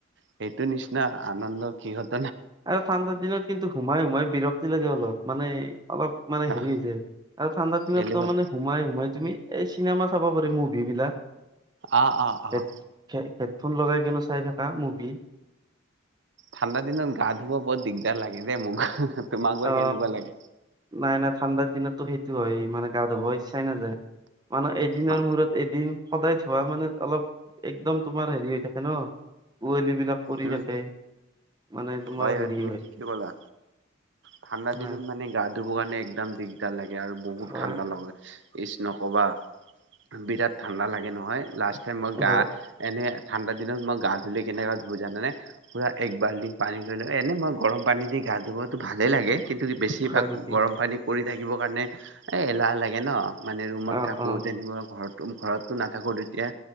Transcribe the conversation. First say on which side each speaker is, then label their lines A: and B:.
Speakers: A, on the right; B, on the right.
A: সেইটো নিচিনা আনন্দ কিহত
B: আৰু ঠাণ্ডাৰ দিনত কিন্তু সোমাই সোমাই বিৰক্তি লাগে অলপ মানে অলপ মানে
A: অহ
B: হেৰি হৈ যায় আৰু ঠাণ্ডাৰ দিনতো
A: এলেহুৱা
B: মানে সোমাই সোমাই তুমি এই চিনেমা চাব পাৰি মুভি বিলাক
A: অঁ অঁ অঁ
B: হেড হেডফোন লগাই কিনু চাই থাকা মুভি
A: ঠাণ্ডা দিনত গা ধুও বৰ দিগদাৰ লাগে দেই মোক তোমাক গৈ
B: অ
A: কেনেকুৱা লাগে
B: নাই নাই ঠাণ্ডাত দিনতো সেইটো হয় মানে গা ধুব ইচ্ছাই নাযায় মানে এদিনৰ
A: অ
B: মূৰত এদিন সদায় থোৱা মানে অলপ একদম তোমাৰ হেৰি হৈ থাকে ন কুৱলি বিলাক পৰি
A: উম
B: থাকে মানে তোমাৰ
A: হয় হয়
B: হেৰি
A: তুমি ঠিকে ক'লা ঠাণ্ডা
B: হয়
A: দিনত মানে গা ধুব কাৰণে একদম দিগদাৰ লাগে আৰু বহুত
B: হয়
A: ঠাণ্ডা লাগে নক'বা বিৰাট ঠাণ্ডা লাগে নহয় লাষ্ট টাইম মই গা
B: হয়
A: এনে ঠাণ্ডা দিনত মই গা ধুলে কেনেকুৱা ধো জানেনে পূৰা একবালটিং ল ল এনেই মই গৰম পানী দি গা ধুবতটো ভালেই লাগে কিন্তু বেছিভাগ
B: হয় নেকি
A: গৰম পানী কৰি থাকিবৰ কাৰণে। এ এ লাহ লাগে ন। মানে ৰুমত
B: অ
A: থাকোঁ
B: অ
A: তেনেকুৱা ঘো ঘৰতো নাথাকোঁ তেতিয়া